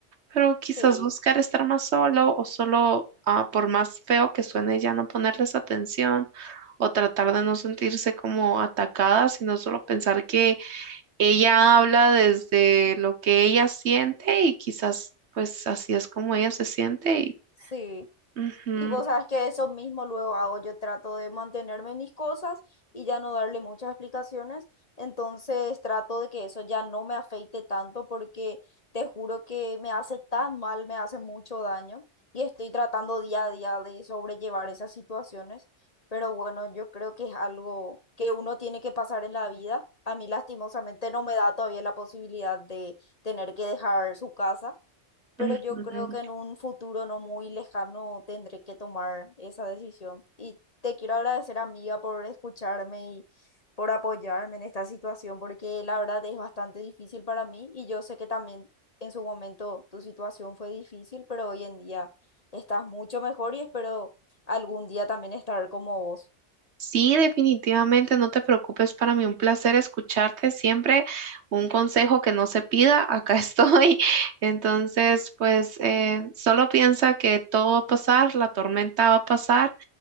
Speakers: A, on the right; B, on the left.
A: pero quizás
B: Sí,
A: buscar estar más solo o solo, ah, por más feo que suene, ya no ponerles atención o tratar de no sentirse como atacada, sino solo pensar que ella habla desde lo que ella siente y quizás pues así es como ella se siente y
B: sí,
A: ujú,
B: Y vos sabes que eso mismo luego hago, yo trato de mantenerme en mis cosas y ya no darle muchas explicaciones, entonces trato de que eso ya no me afeite tanto porque te juro que me hace tan mal, me hace mucho daño y estoy tratando día a día de sobrellevar esas situaciones, pero bueno, yo creo que es algo que uno tiene que pasar en la vida. A mí lastimosamente no me da todavía la posibilidad de tener que dejar su casa pero
A: ujú.
B: yo creo que en un futuro no muy lejano tendré que tomar esa decisión. Y te quiero agradecer, amiga, por escucharme y por apoyarme en esta situación, porque la verdad es bastante difícil para mí y yo sé que también en su momento tu situación fue difícil, pero hoy en día estás mucho mejor y espero algún día también estar como vos.
A: Sí, definitivamente no te preocupes, para mí un placer escucharte siempre, un consejo que no se pida, acá <laughs> estoy. Entonces, pues eh, solo piensa que todo va a pasar, la tormenta va a pasar